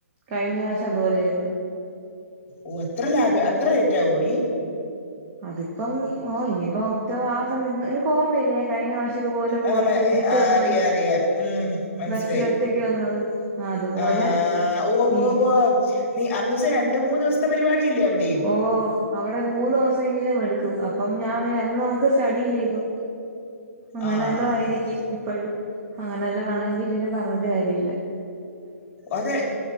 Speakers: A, on the right; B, on the left.
A: കഴിഞ്ഞ പ്രാവശ്യം അതുപോലെയായിരുന്നു
B: ഓ അത്ര ലാഗ് അത്ര ലേറ്റ് ആവോടി
A: അതിപ്പം ഓ ഇനിയിപ്പോ ഒക്ടോബർ ആ സയത്ത് നിനക്ക് ഓർമയില്ലേ കഴിഞ്ഞ പ്രാവശ്യം ഇതുപോലെ പോയിട്ട്
B: ആഹ്
A: തിരിച്ച് വന്നത്
B: അറിയാം അറിയാം ഉം മനസ്സിലായി
A: ബസിൽ ഒറ്റക്ക് വന്നത് അതുപോലെ
B: ആഹ് ഉവ്വ്
A: ഈ
B: ഉവ്വ് ഉവ്വ് അന്ന് രണ്ട് മൂന്ന് ദിവസത്തെ പരിപാ <unintelligible> യില്ലേ അവിടെ
A: ഓ അവിടെ മൂന്ന് ദിവസമങ്കിലും എടുക്കും അപ്പം ഞാൻ അന്ന് നമുക്ക് സ്റ്റിടി ലീവ് അങ്ങനെെവല്ലോ
B: ആഹ്
A: ആയിരിക്കും ഇപ്പഴും അങ്ങനെ എല്ല ആണെങ്കിൽ പിന്നെ പർഞ്ഞിട്ട് കാര്യല്ല
B: അതെ